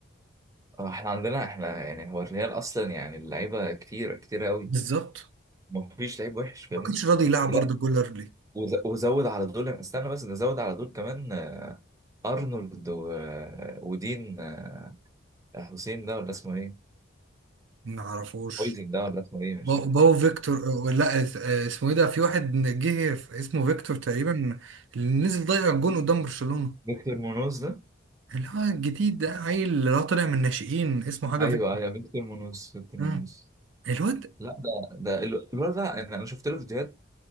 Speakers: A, on the right (about 15°); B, on the right (about 75°).
A: آه، احنا عندنا احنا يعني هو الريال اصلا يعني اللعيبه كتير كتير قوي
B: بالظبط
A: مفيش لعيب وحش فاهمني
B: ما كانش راضي يلعب
A: لا
B: ارض جولر ليه؟
A: وز- وزود على دول استنى بس نزود على دول كمان آه، ارنولد و... آه، ودين آه، حسين ده ولا اسمه ايه
B: ما اعرفوش
A: هويزن ده ولا اسمه ايه مش
B: باو,
A: يعني
B: باو فيكتور آه، لا اس- آه، اسمه ايه ده في واحد جه في- اسمه فيكتور تقريبا اللي نزل ضيع الجون قدام برشلونه
A: فيكتور مونوز ده
B: اللي هو الجديد ده عيل اللي هو طالع من الناشئين اسمه حاجه
A: ايوه
B: فيكتور
A: ايوه فيكتور مونوز فيكتور
B: مم.
A: مونوز
B: الواد
A: لا ده ده ال- الولد ده انا أنا شفت له فيديوهات